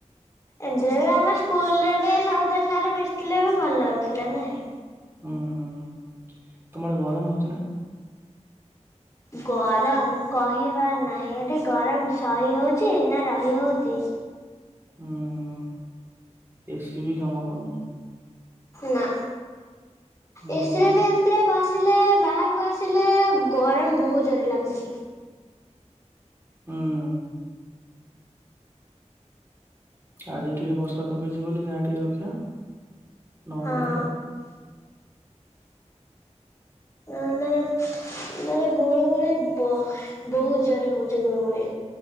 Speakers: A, on the left; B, on the right.
A: ଏମିତିରେ ବି ଆମ ସ୍କୁଲରେ ବି ସମସ୍ତି ଙ୍କ ସହିତ ମିଶଥିଲେ ବି ଭଲ ଲାଗୁଥିଲା ନାଇଁ।
B: ହୁଁ ତମଆଡେ ଗରମ ହଉଚି ନା?
A: ଗରମ କହିବାର ନାହିଁ ଏଠି ଗରମ ସହି ହଉଚ ନା ରହି ହଉଚି।
B: ହୁଁ ଏସି ବି କାମ କରୁନି।
A: ନା,
B: ହୁଁ।
A: ଏସରେ ବି ଏମିତିରେ ବସିଲେ ବାହାରକୁ ଆସିଲେ ଗରମ ବହୁତ ଜୋରରେ ଲାଗୁଚି।
B: ହୁଁ ଉଁ ଆଜି ଟିକେ ବର୍ଷା ପକେଇଛି ବୋଲି ଯାହା ଟିକେ ରକ୍ଷା। ନହେଲେ,
A: ହଁ ନହେଲେ ନହେଲେ ଗୁଳୁ ଗୁଳି ବହୁତ ଜୋରେ ହଉଚି ଗୁରୁ ଗୁଳି।